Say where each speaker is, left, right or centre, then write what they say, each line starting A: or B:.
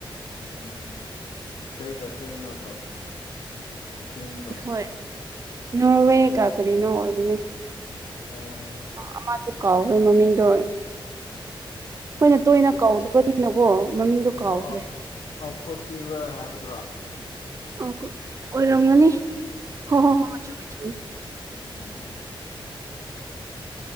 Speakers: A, on the left; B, on the right.
A: ꯎꯝ ꯀꯩꯀ ꯀꯩꯅꯣꯗꯣ ꯇꯤꯝꯗꯣ
B: ꯍꯣꯏ ꯅꯣꯔꯋꯦꯒ ꯀꯔꯤꯅꯣ ꯑꯣꯏꯕꯅꯦ
A: ꯑꯣ
B: ꯑꯃꯗꯣ ꯀꯥꯎꯈ꯭ꯔꯦ ꯃꯃꯤꯡꯗꯣ ꯑꯩꯈꯣꯏꯅ ꯇꯣꯏꯅ ꯀꯧꯗꯕꯅꯤꯅꯀꯣ ꯃꯃꯤꯡꯗꯣ ꯀꯥꯎꯈ꯭ꯔꯦ
A: ꯑꯣ ꯑꯣ ꯑ ꯀꯣꯇꯤꯚꯔ ꯍꯥꯏꯕꯗꯨꯔꯣ
B: ꯑ ꯑꯣꯏꯔꯝꯒꯅꯤ
A: ꯎꯝ
B: ꯍꯣꯏ ꯍꯣꯏ ꯍꯣꯏ ꯍꯣꯏ ꯆꯨꯝꯃꯤ ꯆꯨꯝꯃꯦ
A: ꯎꯝ